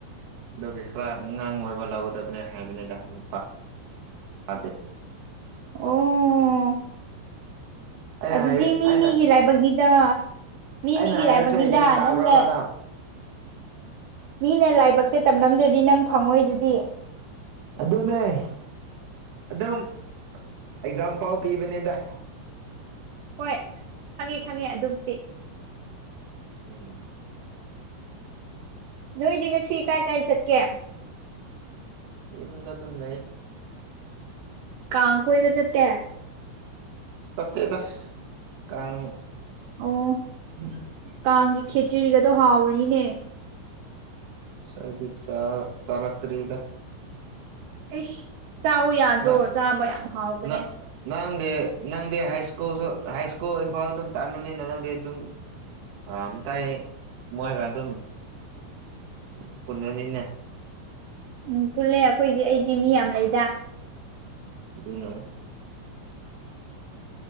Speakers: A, on the right (about 70°); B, on the right (about 85°).
A: ꯑꯗꯨꯒꯤ ꯈꯔ ꯑꯉꯥꯡ ꯑꯣꯏꯕ ꯂꯧꯒꯗꯕꯅꯦ ꯍꯥꯏꯕꯅꯤꯗ ꯅꯨꯄꯥꯗꯤ
B: ꯑꯣ
A: ꯑꯩꯅ
B: ꯑꯗꯨꯗꯤ
A: ꯍꯥꯏ
B: ꯃꯤ
A: ꯑꯩꯅ
B: ꯃꯤꯒꯤ ꯂꯥꯏꯕꯛꯅꯤꯗ ꯃꯤ
A: ꯑꯩꯅ
B: ꯃꯤꯒꯤ
A: ꯍꯥꯏꯕꯁꯦ
B: ꯂꯥꯏꯕꯛꯅꯤꯗ
A: ꯌꯦꯟ ꯇꯥꯕ꯭ꯔꯕ
B: ꯅꯪꯅ
A: ꯅꯪ
B: ꯃꯤꯅ ꯂꯥꯏꯕꯛꯇ ꯇꯝꯂꯝꯗ꯭ꯔꯗꯤ ꯅꯪ ꯐꯪꯉꯣꯏ ꯑꯗꯨꯗꯤ
A: ꯑꯗꯨꯅꯦ ꯑꯩ ꯑꯗꯨꯝ ꯑꯦꯛꯖꯥꯝꯄꯥꯟ ꯄꯤꯕꯅꯦꯗ
B: ꯍꯣꯏ ꯈꯪꯉꯦ ꯈꯪꯉꯦ ꯑꯗꯨꯕꯨꯗꯤ
A: ꯎꯝ
B: ꯅꯣꯏꯗꯤ ꯉꯁꯤ ꯀꯥꯏ ꯀꯥꯏ ꯆꯠꯀꯦ
A: ꯌꯨꯝꯗ ꯑꯗꯨꯝ ꯂꯩ
B: ꯀꯥꯡ ꯀꯣꯏꯕ ꯆꯠꯇꯦ
A: ꯁꯠꯇꯦꯗ ꯀꯥꯡ
B: ꯑꯣ ꯀꯥꯡꯒꯤ ꯈꯦꯆꯔꯤꯒꯗꯣ ꯍꯥꯎꯕꯅꯤꯅꯦ
A: ꯑꯩꯗꯤ ꯁꯥ ꯆꯔꯛꯇꯔꯤꯗ
B: ꯑꯩꯁ ꯆꯥꯎ ꯌꯥꯗ꯭ꯔꯣ
A: ꯅꯪ
B: ꯆꯥꯕ ꯌꯥꯝ ꯍꯥꯎꯕꯅꯦ
A: ꯅꯪ ꯅꯪꯗꯤ ꯅꯪꯗꯤ ꯍꯥꯏꯁ꯭ꯀꯨꯜꯁꯨ ꯍꯥꯏꯁ꯭ꯀꯨꯜ ꯏꯝꯐꯥꯜꯗ ꯑꯗꯨꯝ ꯇꯥꯝꯕꯅꯤꯅ ꯅꯪꯗꯤ ꯑꯗꯨꯝ ꯑ ꯇꯥꯏ ꯃꯣꯏꯒ ꯑꯗꯨꯝ ꯄꯨꯟꯈꯔꯥꯅꯤꯅꯦ
B: ꯎꯝ ꯄꯨꯜꯂꯦ ꯑꯩꯈꯣꯏꯗꯤ ꯑꯩꯗꯤ ꯃꯤ ꯌꯥꯝ ꯂꯩꯗ
A: ꯑꯗꯨꯅ